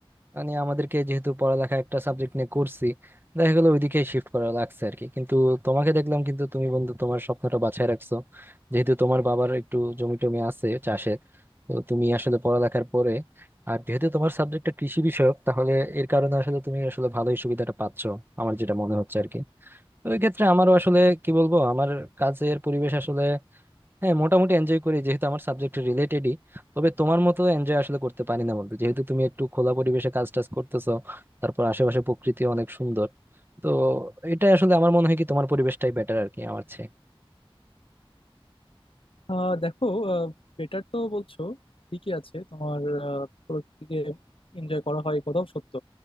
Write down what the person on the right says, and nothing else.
মানে আমাদেরকে যেহেতু পড়ালেখা একটা সাবজেক্ট নিয়ে করছি দেখা গেলো ওইদিকে শিফট করা লাগছে আর কি কিন্তু তোমাকে দেখলাম কিন্তু তুমি বন্ধু তোমার স্বপ্নটা বাঁচায় রাখছো যেহেতু তোমার বাবার একটু জমি টমি আছে চাষের তো তুমি আসলে পড়ালেখার পরে আর যেহেতু তোমার সাবজেক্টটা কৃষি বিষয়ক তাহলে এর কারণে আসলে তুমি আসলে ভালোই সুবিধাটা পাচ্ছো আমার যেটা মনে হচ্ছে আর কি তো ওই ক্ষেত্রে আমারও আসলে কি বলবো আমার কাজের পরিবেশ আসলে হ্যাঁ মোটামুটি এনজয় করি যেহেতু আমার সাবজেক্ট রিলেটেডই তবে তোমার মতো এনজয় আসলে করতে পারি না বন্ধু যেহেতু তুমি একটু খোলা পরিবেশে কাজ টাজ করতেছো তারপর আশেপাশে প্রকৃতি অনেক সুন্দর তো এটা আসলে আমার মনে হয় কি তোমার পরিবেশটাই বেটার আর কি আমার চেয়ে